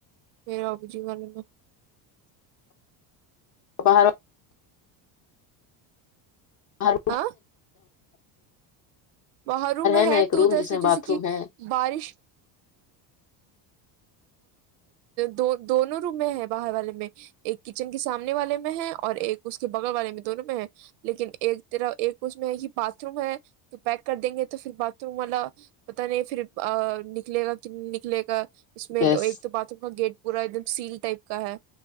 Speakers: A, on the right; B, on the left.
A: میرا ابو جی مانے نہ
B: <unintelligible> باہر
A: آ باہر روم میں ہے
B: نا ایک
A: تو
B: روم
A: ادھر
B: جس
A: سے
B: میں
A: جیسے
B: باتھ
A: کہ
B: روم ہے
A: بارش دو دونوں رومیں ہیں باہر والے میں ایک کچن کے سامنے والے میں ہے اور ایک اس کے بغل والے میں دونوں میں ہے لیکن ایک طرف ایک اس میں ہے کہ باتھ روم ہے تو پیک کر دیں گے تو پھر باتھ روم والا پتا نہیں پھر نکلے گا کہ نکلے گا اس میں
B: گیس
A: ایک تو باتھ روم کا گیٹ پورا ایک دم سیل ٹائپ کا ہے